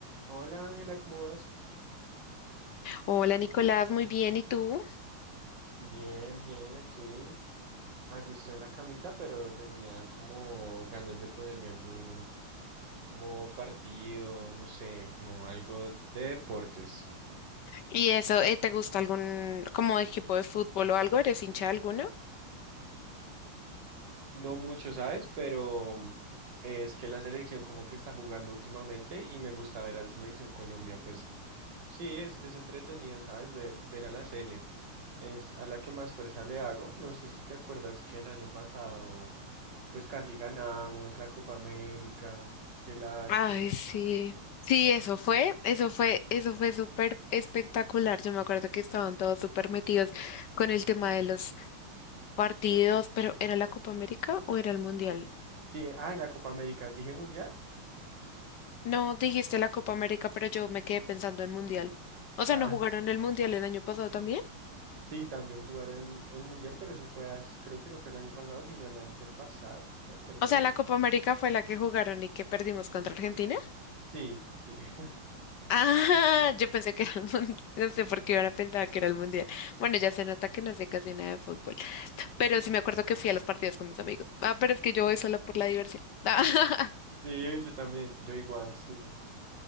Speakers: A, on the right (about 55°); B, on the left (about 65°).
A: Hola Ángela, ¿cómo vas?
B: Hola Nicolás, muy bien, ¿y tú?
A: Bien, bien, aquí. Aquí estoy en la camita, pero tenía como ganas de ponerme algún como partido, no sé, como algo de deportes.
B: ¿Y eso, eh, te gusta algún como equipo de fútbol o algo? ¿Eres hincha de alguno?
A: No mucho, ¿sabes? Pero es que la selección como que está jugando últimamente y me gusta ver a la selección Colombia, pues sí, es, es entretenido, ¿sabes? Ver, ver a la sele. es a la que más fuerza le hago. No sé si te acuerdas que el año pasado, pues casi ganamos la Copa América. Qué lástima.
B: Ay, sí. Sí, eso fue, eso fue, eso fue súper espectacular. Yo me acuerdo que estaban todos súper metidos con el tema de los partidos, pero ¿era la Copa América o era el Mundial?
A: Sí, ay, la Copa América, dije mundial.
B: No, dijiste la Copa América, pero yo me quedé pensando en Mundial. O
A: Ah,
B: sea, ¿no jugaron
A: <laughs>
B: el Mundial el año pasado también?
A: sí, también jugaron el mundial, pero eso fue, as- creo que no fue el año pasado, sino el antepasado, no me acuerdo
B: O sea,
A: bien.
B: la Copa América fue la que jugaron y que perdimos contra Argentina.
A: Sí, sí. <laughs>
B: Ah, yo pensé que era el mundial, <laughs> no sé por qué ahora pensaba que era el mundial. Bueno, ya se nota que no sé casi nada de fútbol, pero sí me acuerdo que fui a los partidos con mis amigos. Ah, pero es que yo voy solo por la diversión, <laughs>
A: Sí, yo también, yo igual, sí.